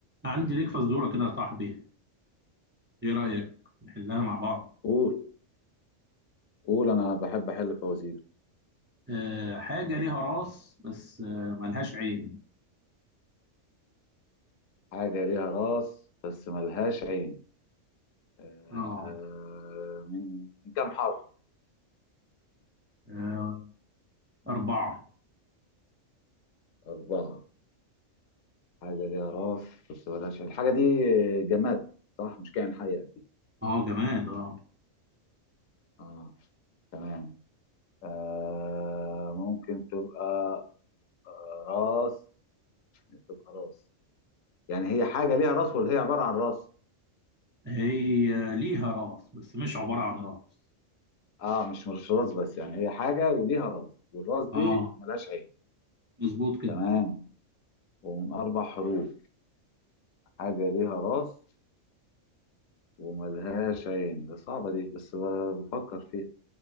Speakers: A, on the right; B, on the left.
A: عندي ليك فزورة كده يا صاحبي ايه رأيك نحلها مع بعض
B: قول قول انا بحب احل فوازير
A: أه حاجة ليها راس بس أه ملهاش عين
B: حاجه ليها راس بس ملهاش عين آه
A: اه
B: من من كام حرف
A: آه، أربعة
B: اربعه حاجه ليها راس بس ملهاش عين الحاجه دي جماد صح مش كائن حي اكيد
A: اه جماد اه
B: اه تمام آه ممكن تبقى آه، راس تبقى راس يعني هي حاجه ليها راس ولا هي عباره عن راس
A: هي ليها راس بس مش عبارة عن راس
B: اه مش مش راس بس يعني هي حاجه وليها راس والراس
A: اه
B: دي ملهاش عين
A: مظبوط كده
B: تمام ومن اربع حروف حاجة ليها راس وملهاش عين ده صعبة دي بس ب- بفكر فيها